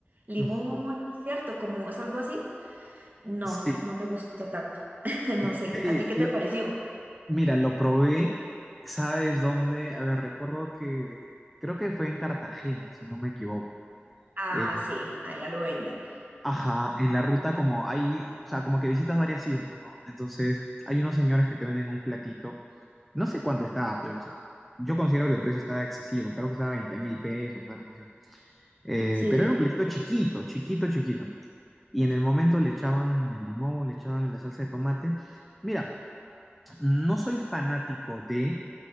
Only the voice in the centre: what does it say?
Ujú.
Sí.
Sí,
lo,
Mira, lo probé, ¿sabes dónde? A ver, recuerdo que creo que fue en Cartagena, si no me equivoco.
Eh,
ajá, en la ruta como hay, o sea, como que visitas varias islas, ¿no? Entonces, hay unos señores que te venden un platito, no sé cuánto estaba, pero, o sea, yo considero que el precio estaba excesivo, creo que estaba veinte mil pesos, algo así. Eh,
pero era un platito chiquito, chiquito, chiquito. Y en el momento le echaban el limón, le echaban la salsa de tomate. Mira, no soy fanático de...